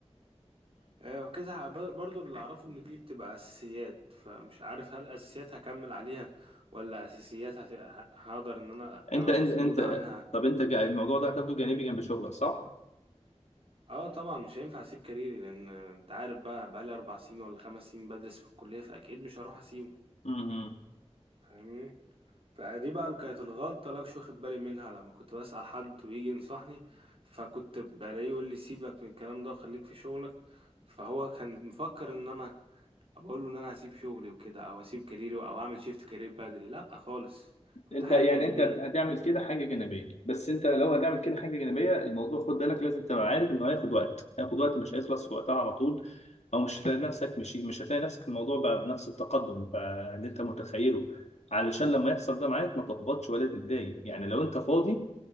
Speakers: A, on the right (about 55°); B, on the left (about 80°).
A: آه، وكذا ح- بر- برضو اللي اعرفه ان دي بتبقى اساسيات فمش عارف هل اساسيات هكمل عليها ولا اساسيات هت- ه- هقدر ان انا
B: انت
A: ابقى
B: انت
A: مسنود
B: انت
A: عنها
B: طب انت جا... الموضوع ده هتاخده جانبي جنب شغلك صح؟
A: اه طبعا مش هينفع اسيب كاريري لان آه، انت عارف بقى بقالي اربع سنين ولا خمس سنين بدرس في الكلية فاكيد مش هروح اسيبه
B: مم.
A: فاهمني فدي بقى اللي كانت الغلطة اللي أنا مش واخد بالي منها لما كنت بسأل حد ويجي ينصحني فكنت بلاقيه يقول لي سيبك من الكلام ده وخليك في شغلك فهو كان مفكر ان انا بقول له ان انا هسيب شغلي وكده او هسيب كاريري او اعمل شيفت كارير بدري لا خالص كنت
B: انت
A: حاجه
B: يعني
A: جانبيه
B: انت هتعمل كده حاجه جانبيه بس انت لو هتعمل كده حاجه جانبيه الموضوع خد بالك لازم تبقى عارف انه هياخد وقت هياخد وقت مش هيخلص في وقتها على طول او مش هتلاقي نفسك مش مش هتلاقي نفسك الموضوع بقى بنفس التقدم بقى اللي انت متخيله علشان لما يحصل ده معاك ما تحبطش ولا تتضايق يعني لو انت فاضي